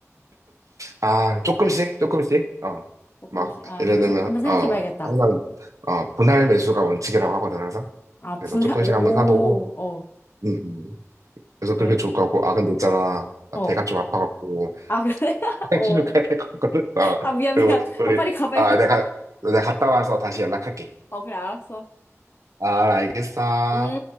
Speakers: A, on the right; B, on the left.
A: 아, 조금씩, 조금씩, 어,
B: <laughs> 조금씩.
A: 막,
B: 아,
A: 예를
B: 한번,
A: 들면,
B: 세, 한번 생각해
A: 어,
B: 봐야겠다.
A: 항상, 어, 분할 매수가 원칙이라고 하거든, 항상.
B: 아,
A: 그래서
B: 분해,
A: 조금씩
B: 오,
A: 한번 사보고,
B: 어,
A: 음, 음. 그래서
B: 그래?
A: 그게 좋을 것 같고, 아, 근데 있잖아. 나
B: 어.
A: 배가 좀 아파갖고,
B: 아, 그래? <laughs>
A: <laughs> 맥주를
B: 어.
A: 가야 될 것 같거든. 어.
B: 아, 미안,
A: 그리고
B: 미안.
A: 우리,
B: 아, 빨리 가봐야겠다.
A: 아, 내가, 내가 갔다 와서 다시 연락할게.
B: 어, 그래, 알았어.
A: 아, 알겠어.
B: 응?